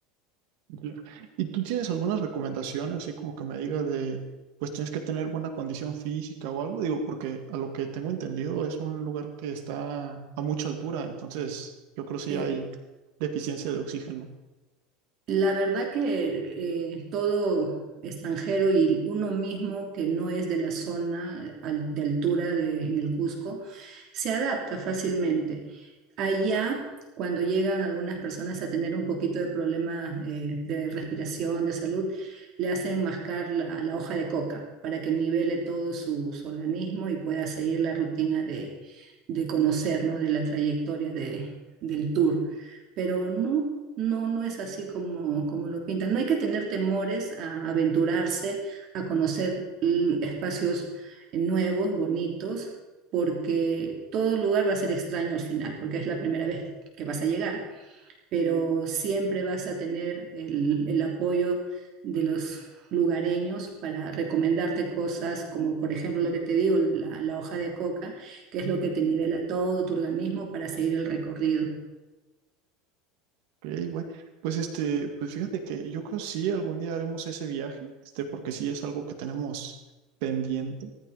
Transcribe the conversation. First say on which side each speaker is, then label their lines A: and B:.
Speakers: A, on the right (about 65°); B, on the right (about 40°).
A: Ya. ¿Y tú tienes alguna recomendación así como que me digas de, pues tienes que tener buena condición física o algo? Digo, porque a lo que tengo entendido es un lugar que está a mucha altura, entonces yo creo que sí
B: Sí.
A: hay deficiencia de oxígeno.
B: La verdad que eh, todo extranjero y uno mismo que no es de la zona al- de altura de, en el Cusco se adapta fácilmente. Allá, cuando llegan algunas personas a tener un poquito de problemas eh, de respiración, de salud, le hacen mascar la, la hoja de coca para que nivele todo su, su organismo y pueda seguir la rutina de, de conocer, ¿no? de la trayectoria de- del tour pero no, no, no es así como, como lo pintan. No hay que tener temores a aventurarse, a conocer mm, espacios eh, nuevos, bonitos, porque todo lugar va a ser extraño al final, porque es la primera vez que vas a llegar, pero siempre vas a tener el, el apoyo de los lugareños para recomendarte cosas como por ejemplo lo que te digo, la la hoja de coca, que es lo que te nivela todo tu organismo para seguir el recorrido.
A: Ok, bueno, pues este, pues fíjate que yo creo sí algún día haremos ese viaje, este, porque sí es algo que tenemos pendiente